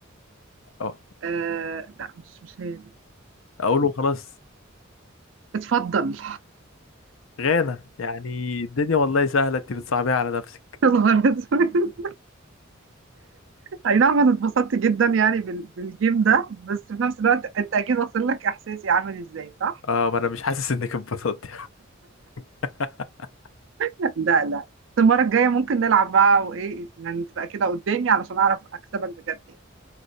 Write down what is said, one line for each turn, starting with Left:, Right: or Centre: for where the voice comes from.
Left: أو-
Right: آه... لا مش مش هي دي
Left: اقوله خلاص
Right: اتفضل <laughs>
Left: غانا يعني الدنيا والله سهلة انت بتصعبيها على نفسك
Right: يا نهار اسود. اي نعم انا اتبسطت جدا يعني بال... بالجيم ده بس في نفس الوقت انت اكيد واصل لك احساسي عامل ازاي صح
Left: اه ما انا مش حاسس انك اتبسطت <laughs>
Right: لا لا بس المرة الجاية ممكن نلعب بقى وإيه يعني تبقى كده قدامي علشان أعرف أكسبك بجد يعني